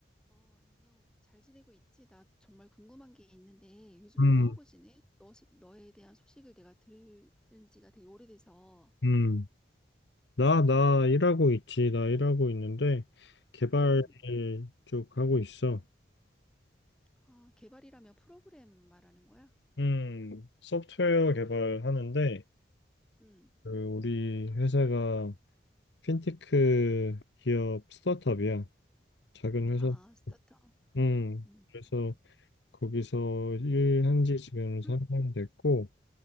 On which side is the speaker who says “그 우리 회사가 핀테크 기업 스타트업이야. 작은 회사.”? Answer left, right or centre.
Left